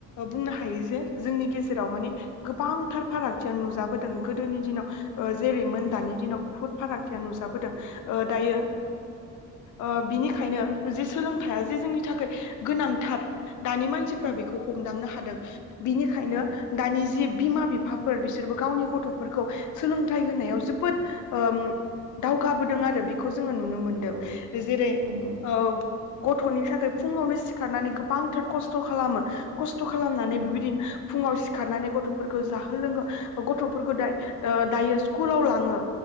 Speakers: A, on the left; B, on the right.
A: बुंनो हायो जे जोंनि गेजेराव माने गोबांथार फारागथिया नुजाबोदों गोदोनि दिनाव जेरैमोन
B: नंगौ
A: दानि दिनाव बुहुत फारागथिया नुजाबोदों। ओ दायो।
B: नंगौ
A: ओ बिनिखायनो जे सोलोंथाइया जे जोंनि थाखाय गोनांथार दानि मानसिफ्रा बेखौ हमदांनो हादों बिनिखायनो
B: औ
A: दानि जि बिमा बिफाफोर बिसोरबो गावनि गथफोरखौ सोलोंथाइ होनायाव जोबोद ओ दावखाबोदों आरो बि खौ जोङो नुनो मोनदों
B: नंगौ
A: जेरै
B: नंगौ
A: ओ गथ'नि थाखाय फुङावनो सिखारनानै गोबांथार कस्थ खालामो कस थ खालामनानै
B: नंगौ
A: बिबायदिनो फुङाव सि खारनानै गथ'फोरखौ जाहो लोङो गथ'फोरखौ दाय ओ दायो स्कुलाव लाङो।